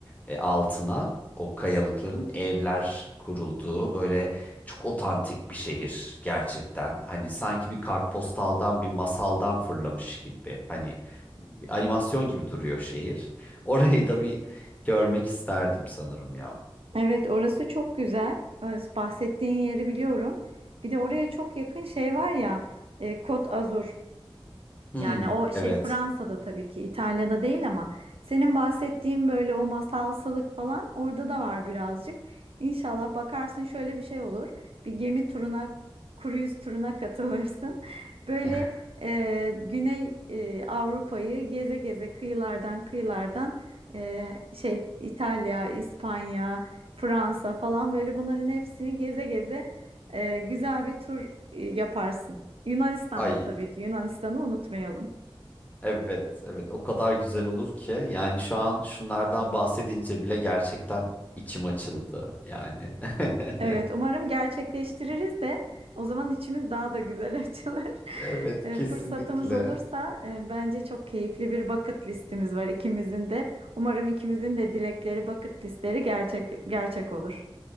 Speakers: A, on the left (about 15°); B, on the right (about 75°).
A: e, altına o kayalıkların evler kurulduğu böyle çok otantik bir şehir gerçekten. Hani sanki bir kartpostaldan bir masaldan fırlamış gibi. Hani bir animasyon gibi duruyor şehir. <laughs> Orayı da bir görmek isterdim sanırım ya.
B: Evet orası çok güzel. Orası bahsettiğin yeri biliyorum. Bir de oraya çok yakın şey var ya, e, Côte Azur.
A: Hmm,
B: Yani o şey
A: evet.
B: Fransa'da tabii ki İtalya'da değil ama senin bahsettiğin böyle o masalsılık falan orada da var birazcık. İnşallah bakarsın şöyle bir şey olur. Bir gemi turuna, cruise turuna katılırsın. <laughs> Böyle
A: <laughs>
B: e, Güney e, Avrupa'yı geze geze kıyılardan kıyılardan e, şey İtalya, İspanya, Fransa falan böyle bunların hepsini geze geze e, güzel bir tur e, yaparsın. Yunanistan'da
A: Ay
B: tabii ki Yunanistan'ı unutmayalım.
A: Evet, evet o kadar güzel olur ki yani şu an şunlardan bahsedince bile gerçekten içim açıldı yani.
B: Evet,
A: <laughs>
B: umarım gerçekleştiririz de o zaman içimiz daha da güzel <laughs> açılır.
A: Evet,
B: E,
A: kesinlikle.
B: fırsatımız olursa e, bence çok keyifli bir bucket listimiz var ikimizin de. Umarım ikimizin de dilekleri, bucket listleri gerçek gerçek olur.